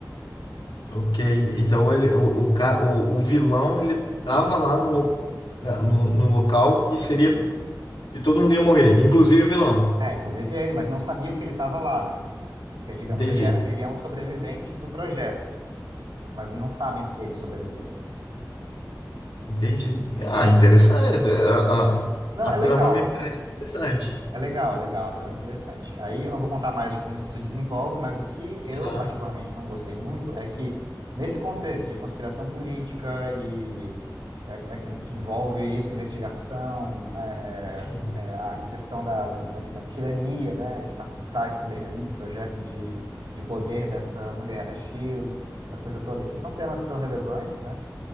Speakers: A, on the left; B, on the right.
A: ok, então ele, o, o, ca- o, o vilão ele estava lá no, loca- no, no local que seria Que todo mundo ia morrer, inclusive o vilão.
B: É, inclusive ele, mas não sabiam que ele estava lá, né? Porque, digamos,
A: Entendi.
B: ele é, ele é um sobrevivente do projeto, mas não sabem que ele sobreviveu.
A: Entendi. Ah, interessante. A, a,
B: Não,
A: a
B: é
A: trama
B: legal.
A: me é interessante.
B: É legal, é legal, a trama é interessante. Aí eu não vou contar mais de como isso se desenvolve, mas o que eu
A: Ah,
B: particularmente não gostei muito é que, nesse contexto de conspiração política e é, né, que, que envolve isso, investigação, né,
A: sim.
B: é, é, a, a questão da, da, da- da tirania, né, que está por trás também ali do projeto de, de poder dessa mulher da Shield, essa coisa toda, que são temas que são relevantes, né?